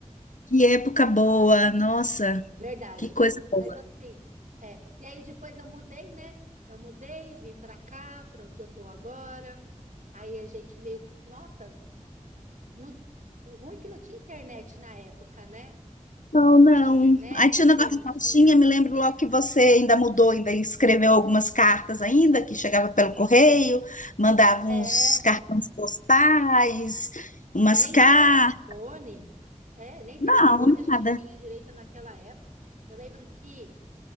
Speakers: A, on the left (about 75°); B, on the right (about 75°).
A: Que época boa, nossa,
B: verdade.
A: que coisa boa.
B: Mas assim, é. E aí depois eu mudei, né? Eu mudei, vim para cá, para onde eu tô agora. Aí a gente meio, que- nossa, no- o ruim é que não tinha internet na época, né?
A: Não, não.
B: Não tinha internet,
A: Aí tinha o negócio
B: não
A: da
B: tinha.
A: cartinha, me lembro logo que você ainda mudou, ainda escreveu algumas cartas ainda, que chegava pelo correio, mandava
B: É,
A: uns cartões postais, umas
B: Nem
A: cartas.
B: telefone. É, nem
A: Não,
B: telefone a gente
A: nada.
B: tinha direito naquela época. Eu lembro que,